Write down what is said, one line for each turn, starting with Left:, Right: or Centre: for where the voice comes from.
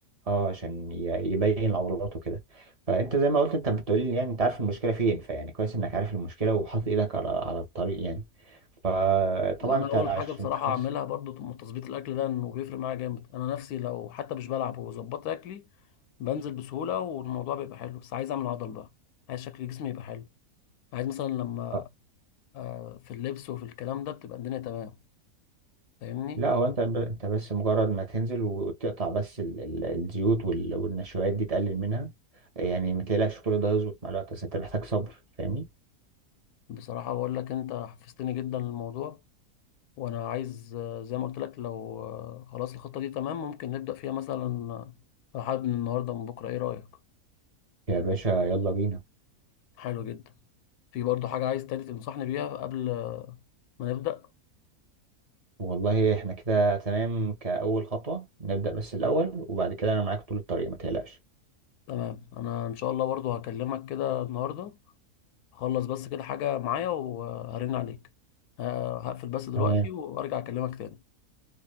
Right: اه عشان ي- يبين عضلاته كده فانت زي ما قلت انت بتقولي يعني انت عارف المشكله فين فيعني كويس انك عارف المشكله وحاطط ايدك على على الطريق يعني فطبعا
Left: لا انا
Right: انت
Left: اقول
Right: عشان
Left: حاجه بصراحه
Right: تخس
Left: اعملها برضو طب- تظبيط الاكل ده انه بيفرق معايا جامد انا نفسي لو حتى مش بلعب وظبطت اكلي بنزل بسهوله والموضوع بيبقى حلو بس عايز اعمل عضل بقى عايز شكل جسمي يبقى حلو عايز مثلا لما
Right: آه،
Left: آه، في اللبس وفي الكلام ده بتبقى الدنيا تمام فاهمني
Right: لا هو انت ب... انت بس مجرد ما تنزل وتقطع بس ال... ال... الزيوت وال... والنشويات دي تقلل منها يعني ما تقلقش كل ده هيظبط مع الوقت بس انت محتاج صبر فاهمني
Left: بصراحه بقول لك انت حفزتني جدا للموضوع وانا عايز آه، زي ما قلت لك لو آه، خلاص الخطه دي تمام ممكن نبدا فيها مثلا آه، لو حابب من النهارده من بكره ايه رايك
Right: يا باشا يلا بينا
Left: حلو جدا في برضه حاجة عايز تاني تنصحني بيها قبل ما نبدأ
Right: والله احنا كده تمام كأول خطوة نبدأ بس الأول وبعد كده أنا معاك طول الطريق ما تقلقش
Left: تمام أنا إن شاء الله برضه هكلمك كده النهاردة هخلص بس كده حاجة معايا وهرن عليك ه- هقفل بس دلوقتي
Right: تمام
Left: وأرجع أكلمك تاني